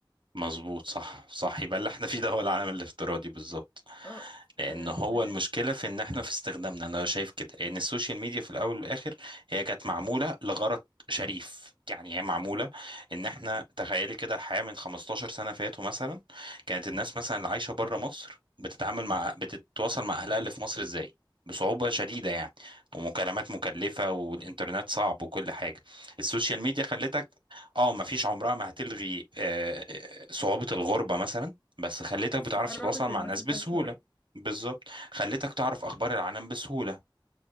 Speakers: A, on the right; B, on the left.
A: مظبوط صح صح يبقى اللي احنا فيه ده هو العالم الافتراضي بالظبط
B: اه
A: لان
B: ف...
A: هو
B: ف...
A: المشكله في ان احنا في استخدامنا انا شايف كده لان السوشيال ميديا في الاول والاخر هي كانت معموله لغرض شريف يعني هي معموله ان احنا تخيلي كده الحياه من 15 سنه فاتوا مثلا كانت الناس مثلا اللي عايشه بره مصر بتتعامل مع بتتواصل مع اهلها اللي في مصر ازاي بصعوبة شديدة يعني ومكالمات مكلفة والإنترنت صعب وكل حاجة السوشيال ميديا خلتك اه مفيش عمرها ما هتلغي آه، آه، صعوبة الغربة مثلا بس خلتك
B: بس
A: بتعرف
B: قربت
A: تتواصل مع
B: المسافات
A: ناس بسهولة
B: شوية
A: بالظبط خلتك تعرف اخبار العالم بسهوله